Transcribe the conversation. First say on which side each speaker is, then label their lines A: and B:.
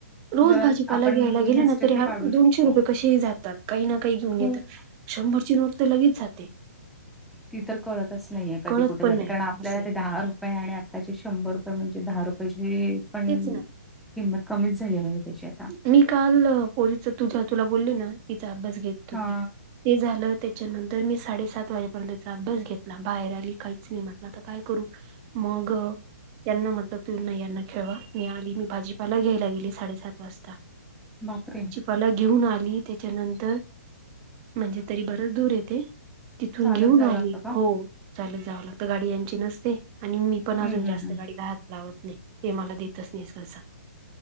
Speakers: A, on the right (about 30°); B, in the centre.
A: रोज
B: जरा
A: भाजीपाला
B: आपण
A: घ्यायला गेलं
B: हेिस्टित
A: ना तरी हा
B: काढू
A: दोनशे
B: शकतो
A: रुपये कसेही जातात काही ना काही घेऊन
B: खूप
A: येत शंभरची नोट तर लगेच जाते
B: ती तर कळतच नाहीये कधी
A: कळत
B: कुठे
A: पण
B: जाते
A: नाही
B: कारण आपल्याला
A: असं आहे
B: ते दहा रप आणि आताची शंभर रुपये म्हणजे दहा रुपयेची पण
A: तेच ना
B: किंमत कमीच झाली म्हणजे त्याच्यात
A: मी काल पोलीच तुझ्या तुला बोलली ना तिचा अभ्यास घेत होती
B: हा
A: ते झालं त्याच्यानंतर मी साडेसात वाजेपर्यंतचा अभ्यास घेतला बाहेर आली काहीच नाही म्हटलं आता काय करू मग ग त्यांना म्हटलं तू यांना खेळवा मी आली मी भाजीपाला घ्यायला गेली साडेसात वाजता
B: नकरी
A: मला घेऊन आली त्याच्यानंतर म्हणजे तरी बरच दूर येते तिथून
B: चालत
A: घेऊन
B: जावं
A: आली
B: लागतं का
A: हो चालत जावं लागत गाडी यांची नसते आणि मी पण
B: हम्म
A: अजून
B: हम्म
A: जास्त
B: हम्म
A: गाडी राहात लावत नाही हे मला देतच नाही स्वसा